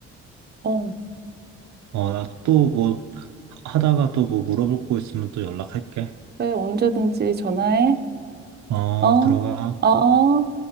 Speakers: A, on the right; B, on the right.
A: 어,
B: 어, 나 또 뭐 하다가 또 뭐 물어볼 거 있으면 또 연락할게.
A: 그래, 언제든지 전화해.
B: 어,
A: 어,
B: 들어가.
A: 어.